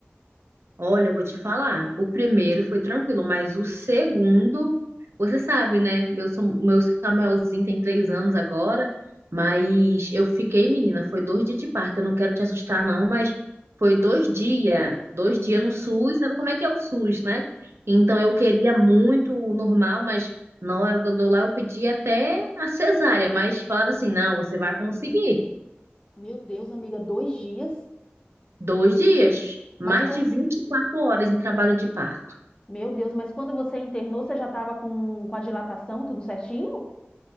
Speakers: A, on the right (about 80°); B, on the left (about 20°).
A: Olha, eu vou te falar. O primeiro foi tranquilo, mas o segundo, você sabe, né? Meu, Sam- meu Samuelzinho tem três anos agora, mas eu fiquei, menina, foi dois dias de parto. Eu não quero te assustar, não, mas foi dois dias, dois
B: Meu
A: dias no
B: Deus.
A: SUS. Sabe como é que é o SUS, né? Então eu queria muito o normal, mas na hora do do lá eu pedi até a cesárea, mas falaram assim, não, você vai conseguir.
B: Meu Deus, amiga, dois dias?
A: Dois dias, mais
B: Mas quando...
A: de 24 horas em trabalho de parto.
B: Meu Deus, mas quando você internou, você já estava com, com a dilatação, tudo certinho?